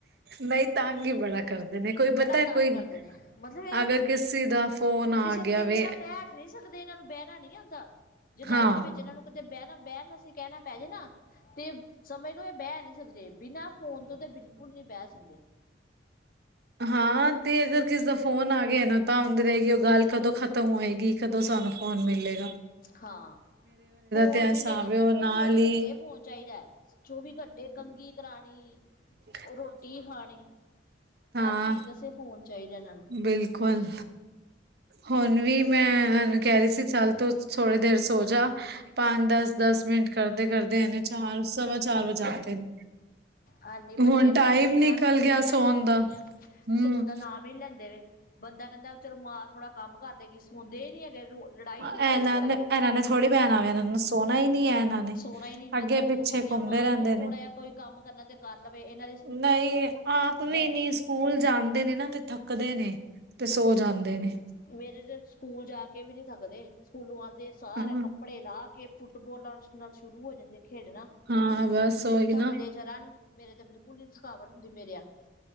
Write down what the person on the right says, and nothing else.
ਨਹੀਂ ਤੰਗ ਹੀ ਬੜਾ ਕਰਦੇ ਨੇ ਕੋਈ
ਪਤਾ
ਕੋਈ
ਅਗਰ ਕਿਸੇ ਦਾ ਫੋਨ ਆ
ਗਿਆ ਵੇ
ਹਾਂ
ਹਾਂ ਤੇ ਅਗਰ ਕਿਸੇ ਦਾ ਫੋਨ ਆ ਗਿਆ ਨਾ ਤਾਂ ਹੁੰਦੀ ਰਹੇਗੀ ਉਹ ਗੱਲ ਕਦੋਂ ਖ਼ਤਮ ਹੋਏਗੀ। ਕਦੋਂ ਸਾਨੂੰ ਫੋਨ ਮਿਲੇ।
ਤੇ ਹਿਸਾਬ
ਏ
ਉਹ ਨਾਲ
ਹੀ
ਹ
ਹਾਂ
ਬਿਲਕੁਲ ਹੁਣ ਵੀ ਮੈਂ ਕਹਿ ਰਹੀ ਸੀ ਚੱਲ ਤੋਂ ਥੋੜੀ ਦੇਰ ਸੋ ਜਾ ਪੰਜ ਦਸ, ਦਸ ਮਿੰਟ ਕਰਦੇ ਕਰਦੇ ਇਹਨੇ ਚਾਰ ਸਵਾ ਚਾਰ ਵਜਾ ਦਿਤੇ ਨੇ
ਹੁਣ
ਟਾਈਮ
ਨਿਕਲ
ਗਿਆ
ਸੋਣ
ਦਾ ਹੂੰ
ਇਹਨਾਂ
ਨੇ ਇਹਨਾਂ ਨੇ ਥੋੜੀ ਬੈਣਾ ਵੇ ਏਹਣਾ ਨੂ ਸੋਣਾ ਹੀ ਨੀ ਹੈ ਇਹਨਾਂ ਨੇ,
ਅੱਗੇ-
ਪਿੱਛੇ
ਘੁੰਮਦੇ
ਰਹਿੰਦੇ
ਨੇ।
ਨਹੀਂ ਆਪ
ਵੀ ਇਨੀ
ਸਕੂਲ ਜਾਂਦੇ ਨੇ ਨਾ ਤੇ ਥੱਕਦੇ ਨੇ, ਤੇ ਸੋ ਜਾਂਦੇ ਨੇ।
ਹਾਂ
ਹਾਂ ਬਸ ਉਹੀ
ਨਾ